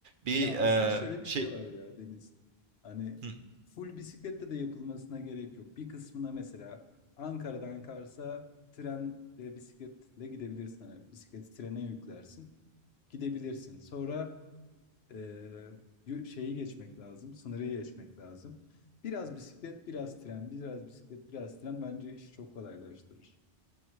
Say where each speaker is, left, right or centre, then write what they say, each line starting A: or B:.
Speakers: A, on the right (about 60°); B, on the left (about 75°).
A: Bir
B: Ya
A: eee,
B: aslında şöyle bir
A: şey
B: şey var ya Deniz. Hani
A: Hı,
B: full bisikletle de yapılmasına gerek yok. Bir kısmına mesela Ankara'dan Kars'a tren ve bisikletle gidebilirsin. Hani bisikleti trene yüklersin. Gidebilirsin. Sonra eee, yu- şeyi geçmek lazım. Sınırı geçmek lazım. Biraz bisiklet, biraz tren, biraz bisiklet, biraz tren bence işi çok kolaylaştırır.